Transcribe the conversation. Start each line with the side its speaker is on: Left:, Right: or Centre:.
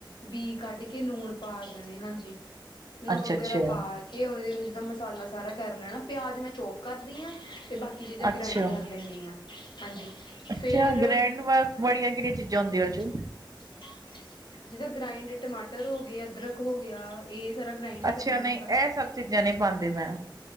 Left: ਬੀ ਕੱਢ ਕੇ ਲੂਣ ਪਾ ਦੇਣੇ ਹਾਂਜੀ, ਨਮਕ
Right: ਅੱਛਾ
Left: ਵਗੈਰਾ
Right: ਅੱਛਾ
Left: ਪਾ ਕੇ ਉਹ ਜਿੱਦਾਂ, ਮਸਾਲਾ ਸਾਰਾ ਕਰ ਲੈਣਾ, ਪਿਆਜ ਮੈਂ ਚੋਪ ਕਰਦੀ ਹਾਂ ਤੇ ਬਾਕੀ ਕਿਸੀ ਦਾ,
Right: ਅੱਛਾ
Left: ਗ੍ਰਾਇੰਡ ਕਰ ਲੈਂਣੀ ਆਂ ਹਾਂਜੀ।
Right: ਅੱਛਾ
Left: ਫੇਰ
Right: ਗ੍ਰੈਂਡ ਵਾਲੀਆਂ, ਕਿਹੜੀਆਂ ਚੀਜ਼ਾਂ ਹੁੰਦੀਆਂ ਓਦੇ ਚ
Left: <inaudible> ਜਿਦਾ ਗ੍ਰਾਇੰਡ, ਟਮਾਟਰ ਹੋ ਗਿਆ, ਅਦਰਕ ਹੋ ਗਿਆ, ਇਹ ਸਾਰਾ ਗ੍ਰਾਇੰਡ ਹੀ
Right: ਅੱਛਾ
Left: ਕਰਨਾ
Right: ਨਹੀਂ,
Left: ਹੁੰਦਾ
Right: ਇਹ ਸਭ ਚੀਜ਼ਾਂ ਨਹੀਂ ਪਾਉਂਦੀ ਮੈਂ